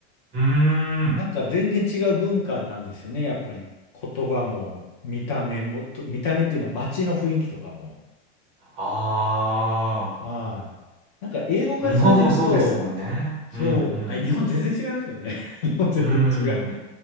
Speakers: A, on the right; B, on the left.
A: うーん。
B: なんか全然違う文化なんですよね。やっぱり言葉も見た目もと、見た目っていうのは街の雰囲気とかも。
A: あ
B: はい。なんか英語が通じると、
A: あ。日本もそうですもんね。
B: そう、
A: うん
B: あ、日本全然違いますよね。<laughs> 日本全然違う。
A: うん。